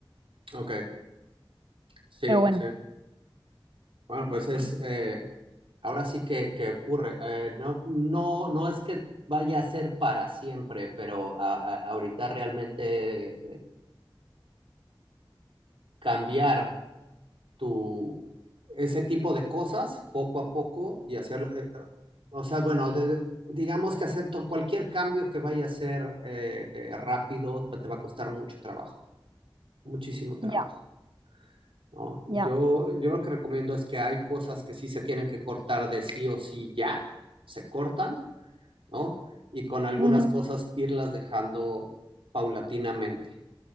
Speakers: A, on the right; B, on the right.
A: Ok, sí,
B: Pero bueno,
A: sí. Bueno, pues es, eh, ahora sí que, que ocurre. Eh, no, no, no es que vaya a ser para siempre, pero a- a- ahorita realmente cambiar tu, ese tipo de cosas poco a poco y hacer, eh, eh, o sea, bueno, de- de- digamos que hacer to- cualquier cambio que vaya a ser eh, eh, rápido te va a costar mucho trabajo, muchísimo trabajo,
B: ya,
A: ¿no? Yo,
B: ya,
A: yo lo que recomiendo es que hay cosas que sí se tienen que cortar de sí o sí ya, se cortan, ¿no? Y con algunas
B: ujú,
A: cosas irlas dejando paulatinamente,